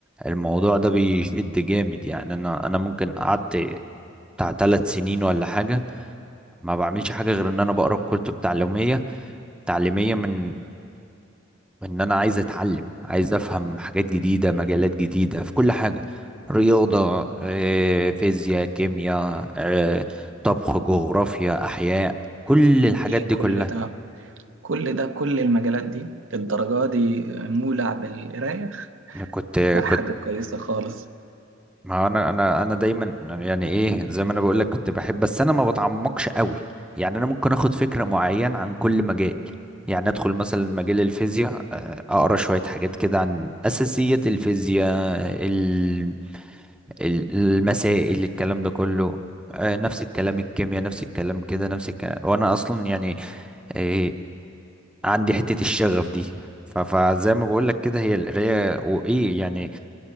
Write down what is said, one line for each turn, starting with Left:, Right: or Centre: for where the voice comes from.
Centre: الموضوع ده بيشد جامد يعني انا انا ممكن قعدت بتاع ثلاث سنين ولا حاجة ما بعملش حاجة غير ان انا بقرا كتب تعليمية تعليمية من ان انا عايز اتعلم عايز افهم حاجات جديدة مجالات جديدة في كل حاجة رياضة آه، فيزياء كيمياء آه، طبخ جغرافيا احياء كل
Right: ايه
Centre: الحاجات
Right: إيه
Centre: دي
Right: كل
Centre: كلها
Right: ده كل ده كل المجالات دي الدرجة دي مولع بالقراية
Centre: كنت
Right: لا حاجة
Centre: كنت
Right: كويسة خالص
Centre: ما هو انا انا انا دايما يعني ايه زي ما انا بقول لك كنت بحب بس انا ما بتعمقش قوي يعني انا ممكن اخد فكره معينه عن كل مجال يعني ادخل مثلا مجال الفيزياء آه، اقرا شويه حاجات كده عن اساسيات الفيزياء ال- ال- المسائل الكلام ده كله آه، نفس الكلام الكيمياء نفس الكلام كده نفس الكلام وانا اصلا يعني آه، عندي حته الشغف دي ف- فزي ما بقول لك كده هي القرايه وايه يعني